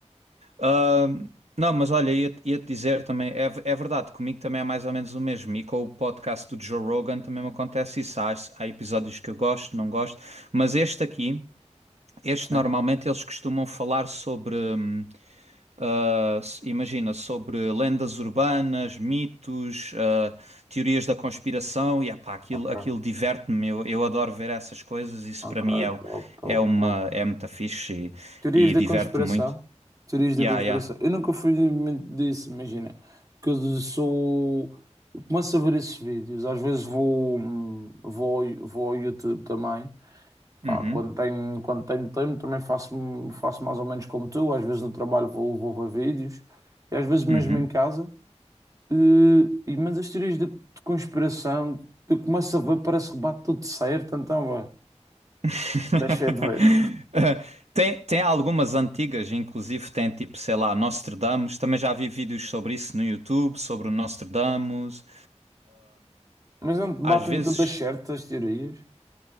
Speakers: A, on the right; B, on the right.
A: Ahm, não, mas olha, ia-te ia-te dizer também, é, v- é verdade, comigo também é mais ou menos o mesmo. E com o podcast do Joe Rogan também me acontece isso. Há, há episódios que eu gosto, não gosto, mas este aqui, este
B: Sim.
A: normalmente eles costumam falar sobre, hum, ah, s- imagina, sobre lendas urbanas, mitos, ah, teorias da conspiração. E epá, aquilo,
B: Ok.
A: aquilo diverte-me, eu, eu adoro ver essas coisas. Isso para
B: Ok,
A: mim é, o-
B: top, top,
A: é uma,
B: top.
A: é muito fixe
B: Teorias
A: e, e
B: da
A: diverte-me
B: conspiração.
A: muito.
B: Teorias da
A: Yeah,
B: conspiração.
A: yeah.
B: Eu nunca fui muito disso, imagina. Porque eu sou. Eu começo a ver esses vídeos. Às vezes vou, hum, vou, ao- vou ao YouTube também. Pá,
A: Uhum.
B: quando tenho, quando tenho tempo também faço, faço mais ou menos como tu. Às vezes no trabalho vou, vou ver vídeos. E às vezes mesmo
A: Uhum.
B: em casa. Eh, E, mas as teorias de, de conspiração, eu começo a ver, parece que bate tudo certo. Então, vai.
A: <laughs>
B: Deixei de ver.
A: Eh, Tem, tem algumas antigas, inclusive tem tipo, sei lá, Nostradamus. Também já vi vídeos sobre isso no YouTube, sobre o Nostradamus.
B: Mas não te batem
A: Às vezes,
B: todas certas as teorias?